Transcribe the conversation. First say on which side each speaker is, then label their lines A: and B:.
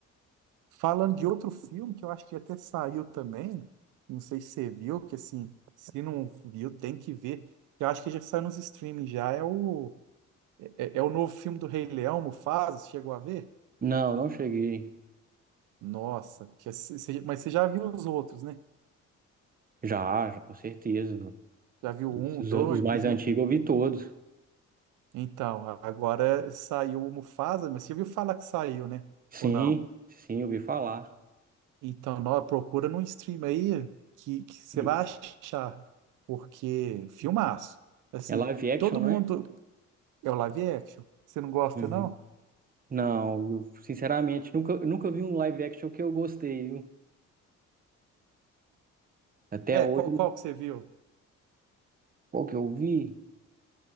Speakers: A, on the right; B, on the right.
A: Falando de outro filme que eu acho que até saiu também, não sei se você viu, que assim, se não viu, tem que ver. que Eu acho que já saiu nos streaming já, é o É, é o novo filme do Rei Leão, Mufasa, você chegou a ver?
B: Não, não cheguei.
A: Nossa, que, esse- você- mas você já viu os outros, né?
B: Já, já, com certeza.
A: Já viu o
B: Os,
A: um, o dois,
B: os mais antigos
A: né?
B: eu vi todos.
A: Então, a- agora saiu o Mufasa, mas você viu falar que saiu, né?
B: Sim,
A: Ou não?
B: sim, eu vi falar.
A: Então, nó- procura num stream aí que, que você
B: E
A: vai achar, porque filmaço. Assim,
B: É live action,
A: todo
B: não
A: mundo...
B: é?
A: É o live action? Você não gosta,
B: Uhum.
A: não?
B: Não, eu, sinceramente, nunca, nunca vi um live action que eu gostei, viu? Até
A: É,
B: hoje,
A: qual, qual que você viu?
B: qual que eu vi?